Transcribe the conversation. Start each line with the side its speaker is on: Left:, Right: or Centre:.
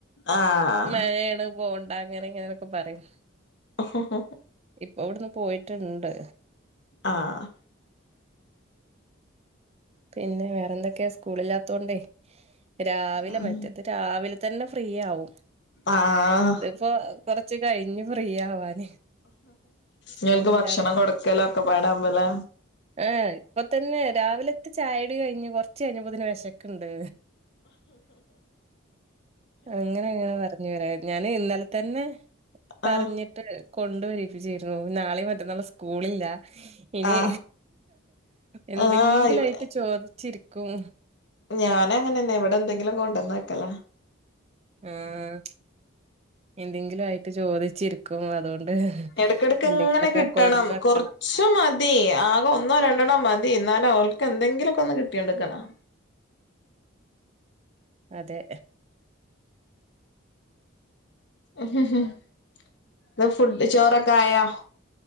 Left: ആഹ്
Right: മഴയാണ് പോണ്ട അങ്ങനെ ഇങ്ങനെന്നൊക്കെ പറയും
Left: <unintelligible>
Right: ഇപ്പൊ ഇവിടന്ന് പോയിട്ടുണ്ട്
Left: ആഹ്
Right: പിന്നെ വേറെന്തൊക്കെയാ സ്കൂളില്ലാത്തോണ്ടേ രാവിലെ
Left: അതാണ്
Right: മറ്റത് രാവിലെ തന്നെ ഫ്രീ ആവും
Left: ആഹ്
Right: ഇതിപ്പോ കൊറച്ച് കഴിഞ്ഞു ഫ്രീ ആവാന് സ്കൂളില്ലാത്ത
Left: ഇങ്ങൾക്ക് ഭക്ഷണം കൊടുക്കലൊക്കെ പാടാവുമ്പല്ലേ
Right: ആഹ് ഇപ്പൊ തന്നെ രാവിലത്തെ ചായടി കഴിഞ്ഞ് കൊറച്ച് കഴിഞ്ഞപതന്നെ വിശക്കുന്നുണ്ട് അങ്ങനെ അങ്ങനെ പറഞ്ഞു വരാ ഞാന് ഇന്നാല തന്നെ പറഞ്ഞിട്ട്
Left: ആഹ്
Right: കൊണ്ടുവരപ്പിച്ചിരുന്നു നാളെ മറ്റന്നാളും സ്കൂളില്ല ഇനി
Left: ആഹ്
Right: എന്തെങ്കിലും
Left: ആഹ് ഇവ
Right: ആയിട്ട് ചോദിച്ചിരിക്കും
Left: ഞാന ങ്ങനെന്നെ ഇവിടെ എന്തെങ്കിലും കൊണ്ടന്ന് വക്കല
Right: ആഹ് എന്തെങ്കിലും ആയിട്ട് ചോദിച്ചിരിക്കും അതുകൊണ്ട്
Left: എടക്കിടക്ക്
Right: എന്തെങ്കിലൊക്കെ
Left: ഇങ്ങനെ കിട്ടണം
Right: കൊടുന്ന് വെക്കണം
Left: കൊറച്ച് കുറച്ചു മതി ആകെ ഒന്നോ രണ്ടെണ്ണോ മതി എന്നാലും അവൾക്ക് എന്തെങ്കിലുമൊക്കെ ഒന്ന് കിട്ടിയോണ്ടിരിക്കണം
Right: ആഅതെ
Left: എന്താ ഫുഡ് ചോറൊക്കെ ആയാ